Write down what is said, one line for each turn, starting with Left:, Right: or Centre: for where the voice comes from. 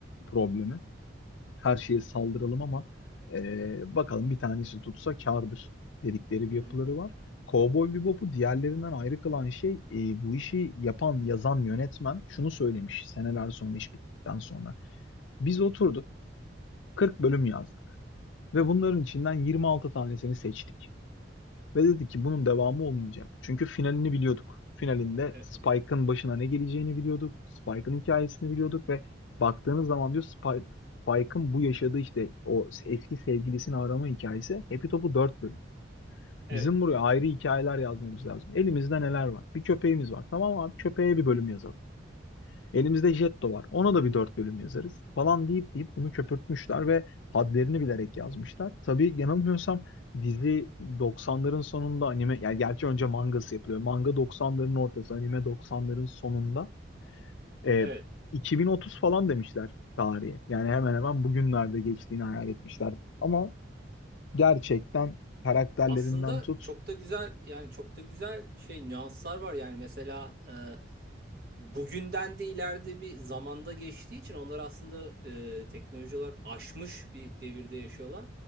Left: problemi. Her şeye saldıralım ama e, bakalım bir tanesi tutsa kârdır dedikleri
Right: Hı
Left: bir
Right: hı.
Left: yapıları var. Cowboy Bebop'u diğerlerinden ayrı kılan şey e, bu işi yapan, yazan yönetmen şunu söylemiş seneler sonra iş bittikten sonra. Biz oturduk 40 bölüm yazdık ve bunların içinden 26 tanesini seçtik. Ve dedi ki bunun devamı olmayacak. Çünkü finalini biliyorduk. Finalinde
Right: E-
Left: Spike'ın başına ne geleceğini biliyorduk. Spike'ın hikayesini biliyorduk ve baktığınız zaman diyor Spike, Spike'ın bu yaşadığı işte o eski sevgilisini arama hikayesi Happy Top'u 4 bölüm.
Right: evet.
Left: Bizim buraya ayrı hikayeler yazmamız lazım. Elimizde neler var? Bir köpeğimiz var. Tamam abi köpeğe bir bölüm yazalım. Elimizde Jetto var. Ona da bir dört bölüm yazarız falan deyip deyip bunu köpürtmüşler ve hadlerini bilerek yazmışlar. Tabii yanılmıyorsam dizi 90'ların sonunda anime yani gerçi önce mangası yapılıyor. Manga 90'ların ortası, anime 90'ların sonunda. E,
Right: Evet.
Left: 2030 falan demişler tarihe. Yani hemen hemen bugünlerde geçtiğini hayal etmişler. Ama gerçekten karakterlerinden
Right: Aslında
Left: tut.
Right: çok da güzel yani çok da güzel şey nüanslar var yani mesela e, bugünden de ileride bir zamanda geçtiği için onlar aslında e, teknoloji olarak aşmış bir devirde yaşıyorlar.